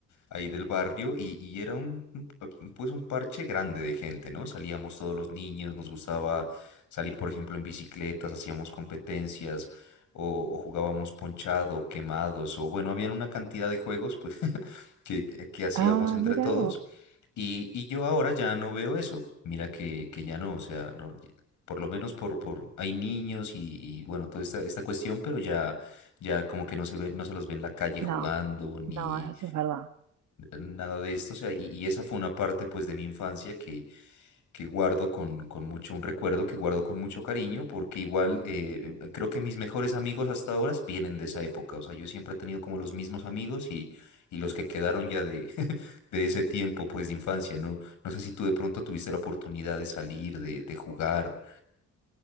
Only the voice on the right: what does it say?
Ah,
mira
vos.
No,
no, eso es verdad.